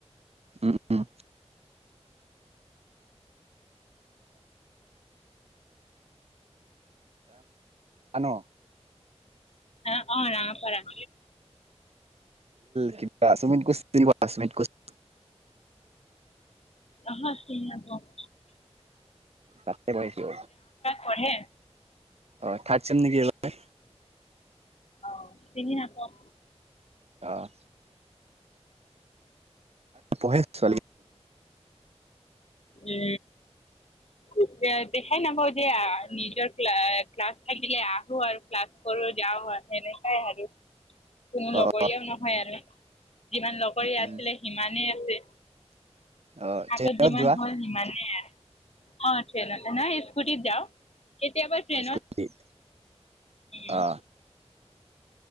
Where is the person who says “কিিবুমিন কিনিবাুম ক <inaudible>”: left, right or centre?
Right